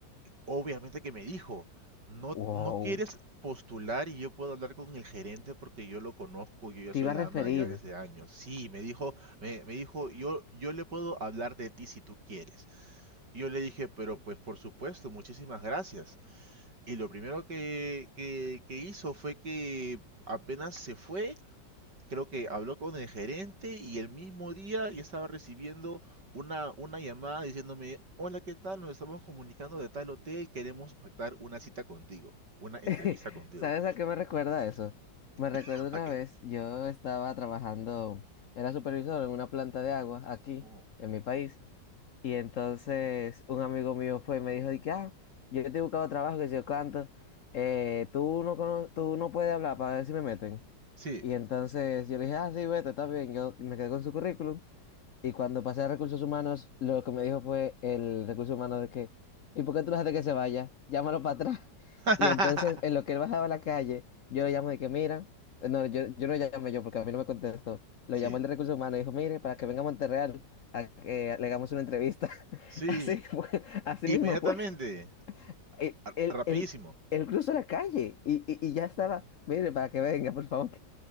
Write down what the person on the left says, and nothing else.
¡Wow!
Te
iba
a referir.
<laughs>
¿Sabes a qué me recuerda eso? Me recuerda
una
vez, yo estaba trabajando, era supervisor en una planta de agua aquí,
en mi país, y entonces un amigo mío fue y me dijo, de que, ah, yo te he buscado trabajo, que si yo canto, eh, tú no, cono- tú no puedes hablar para ver si me meten.
Y entonces yo le dije, ah, sí, vete, está bien. Yo me quedé con su currículum. Y cuando pasé a recursos humanos, lo que me dijo fue el recurso humano de que, ¿y por qué tú lo dejaste que se vaya? Llámalo para atrás. <laughs>
Y entonces, en lo que él bajaba a la calle, yo le llamo de que, mira, eh, no, yo, yo no llamé yo porque a mí no me contestó. Lo
llamó el de recursos humanos y dijo, mire, para que venga a Monterreal a que le hagamos una entrevista. <laughs>
Así fue, así
mismo fue. <laughs> Él,
él,
él, él cruzó la calle y, y, y ya estaba, mire, para que venga, por favor.